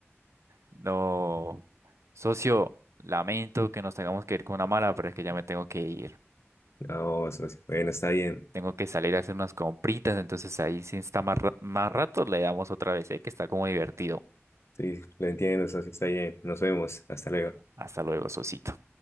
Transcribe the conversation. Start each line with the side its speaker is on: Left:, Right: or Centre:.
Right: No. Socio, lamento que nos tengamos que ir con una mala, pero es que ya me tengo que ir.
Left: No, socio. Bueno, está bien.
Right: Tengo que salir a hacer unas compritas, entonces ahí si está más, ra- más rato le damos otra vez, ¿eh? Que está como divertido.
Left: Sí, lo entiendo, socio, está bien. Nos vemos. Hasta luego.
Right: Hasta luego, socito.